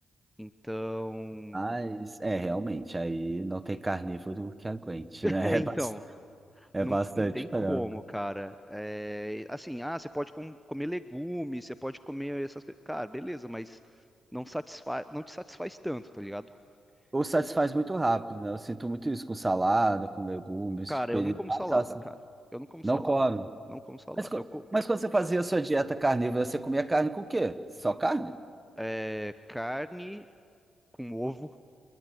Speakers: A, in the centre; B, on the right (about 20°).
A: Então.
B: Rapaz, é, realmente, aí não tem carnívoro que aguente,
A: <laughs>
B: né?
A: É,
B: <laughs> É
A: então.
B: bas- é
A: Não,
B: bastante
A: não tem
B: frango.
A: como, cara. É, assim, ah, você pode com- comer legumes, você pode comer essas coisas. Cara, beleza, mas não satisfaz, não te satisfaz tanto, tá ligado?
B: Ou satisfaz
A: E,
B: muito rápido, né? Eu sinto muito isso com salada, com legumes,
A: cara,
B: que, tipo,
A: eu
B: ele
A: não como
B: dá
A: salada,
B: aquela... sa-
A: cara. Eu não como
B: Não
A: salada.
B: come.
A: Não como salada.
B: Mas, co-
A: Eu co-
B: mas quando você fazia a sua dieta carnívora, você comia carne com o quê? Só carne?
A: é, carne com ovo.